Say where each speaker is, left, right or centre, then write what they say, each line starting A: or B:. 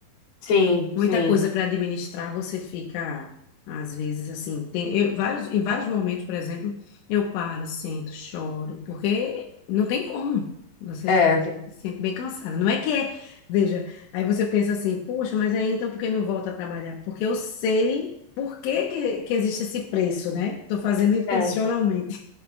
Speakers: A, on the left (about 55°); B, on the left (about 80°).
A: Sim,
B: Muita
A: sim.
B: coisa para administrar, você fica, às vezes, assim, tem, eu- vários, em vários momentos, por exemplo, eu paro, sento, choro, porque não tem como. Você
A: É,
B: se sente bem cansada. Não é que é, veja, aí você pensa assim, poxa, mas aí então por que não volta a trabalhar? Porque eu sei por que que, que existe esse preço, né? Tô fazendo intencionalmente.
A: é.